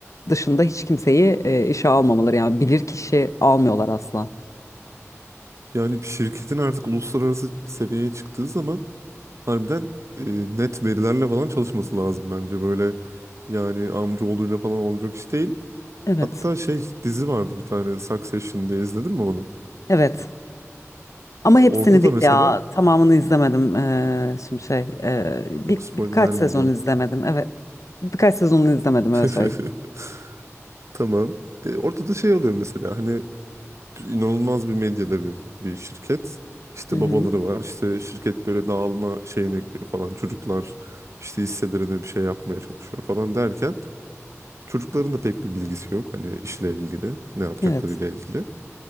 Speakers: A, on the left; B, on the right.
A: dışında hiç kimseyi eee, işe almamaları yani bilir kişi almıyorlar asla.
B: Yani bir şirketin artık uluslararası seviyeye çıktığı zaman harbiden e, net verilerle falan çalışması lazım bence. Böyle yani amcaoğluyla falan olacak iş değil.
A: Evet,
B: Hatta şey dizi vardı bir tane Succession diye izledin mi onu?
A: evet. Ama
B: Orada
A: hepsini
B: da
A: değil
B: mesela
A: ya tamamını izlemedim. Eee, şimdi şey eee, bir,
B: yok spoiler
A: birkaç
B: vermeyeceğim.
A: sezon izlemedim. Evet, birkaç sezonunu izlemedim öyle
B: <laughs>
A: söyleyeyim.
B: Tamam. E, orada da şey oluyor mesela hani inanılmaz bir medya devi bir şirket. İşte
A: Hı hı.
B: babaları var. İşte şirket böyle dağılma şeyine giriyor falan. Çocuklar işte hisselerine bir şey yapmaya çalışıyor falan derken çocukların da pek bir bilgisi yok. Hani işle ilgili, ne yapacaklarıyla
A: Evet
B: ilgili.